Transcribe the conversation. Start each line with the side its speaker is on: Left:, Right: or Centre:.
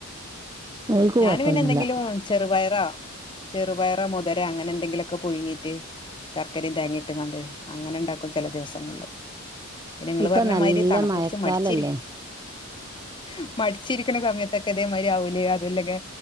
Right: ഓൽക്ക്
Left: ഞാൻ
Right: കൊഴപ്പൊന്നുല്ല
Left: പിന്നെ എന്തെങ്കിലും ചെറുപയറ ചെറുപയറ മുതിര അങ്ങനെ എന്തെങ്കിലുംക്കെ പുഴങ്ങീട്ട് ശർക്കരിതേങ്ങിട്ട് കണ്ട് അങ്ങനെ ഉണ്ടാക്കും ചില ദിവസങ്ങളില് നിങ്ങളൾ
Right: ഇപ്പൊ
Left: പറഞ്ഞ
Right: നല്ല
Left: മാതിരി തണുപ്പിടിച്ച്
Right: മഴക്കാലല്ലേ
Left: മടിച്ചി മിടിച്ചി മടിച്ചിരിക്കണ സമയത്തൊക്കെ അതേ മാതിരി അവല അതല്ലക്കെ